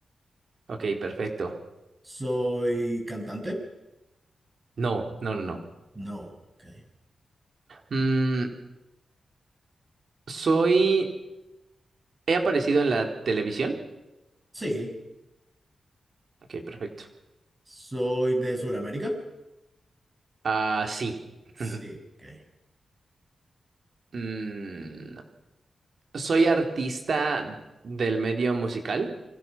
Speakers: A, on the right; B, on the right.
A: Ok, perfecto.
B: soy cantante,
A: No, no, no, no.
B: no, ok,
A: Mm, ¿soy... ¿He aparecido en la televisión?
B: sí,
A: Ok, perfecto.
B: soy de Sudamérica,
A: Ah, sí. <laughs>
B: sí, ok,
A: Mm, ¿Soy artista del medio musical?